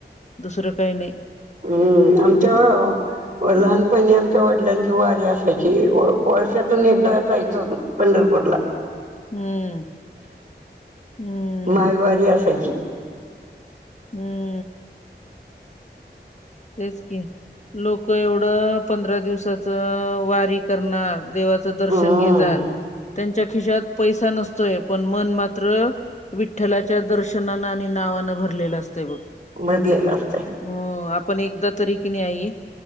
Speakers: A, on the left; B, on the right.
A: दुसरं काही नाही.
B: हम्म आमच्या. व लहानपणी आमच्या वडिलांची वारी असायची वर्षा वर्षातून एकदा जायचं होतं. पंढरपूरला.
A: हम्म. हम्म
B: मागवारी असायची.
A: हम्म. तेच की लोक एवढं पंधरा दिवसाच वारी करणार देवाच. च दर्शन
B: हम्म
A: घेतात त्यांच्या खिशात पैसा नसतोय पण मन मात्र. मात्र विठ्ठलाच्या दर्शनानं आणि नावानं भरलेलं असते बघ.
B: भरलेलं असतय.
A: हो आप''--'' पण एकदा तरी की नाही आई